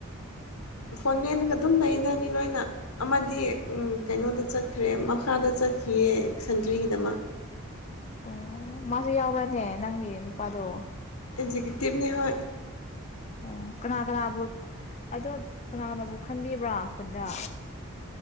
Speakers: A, on the left (about 80°); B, on the left (about 30°).
A: ꯐꯣꯟ ꯃꯦꯟꯂꯒ ꯑꯗꯨꯝ ꯂꯩꯗ ꯃꯤꯅꯣꯏꯅ ꯑꯃꯗꯤ ꯎ ꯀꯩꯅꯣꯗ ꯆꯠꯈ꯭ꯔꯦ ꯃꯈꯥꯗ ꯆꯠꯈꯤꯌꯦ ꯁꯟꯇ꯭ꯔꯤꯒꯤꯗꯃꯛ
B: ꯑꯣ ꯃꯥꯁꯨ ꯌꯥꯎꯕ꯭ꯔꯅꯦ ꯅꯪꯒꯤ ꯅꯨꯄꯥꯗꯣ
A: ꯑꯦꯛꯖꯤꯀꯨꯇꯤꯚꯅꯤ ꯍꯣꯏ
B: ꯑꯣ ꯀꯅꯥ ꯀꯅꯥꯕꯨ ꯑꯗꯣ ꯀꯅꯥ ꯀꯅꯥꯕꯨ ꯈꯟꯕꯤꯕ꯭ꯔꯥ ꯈꯟꯗ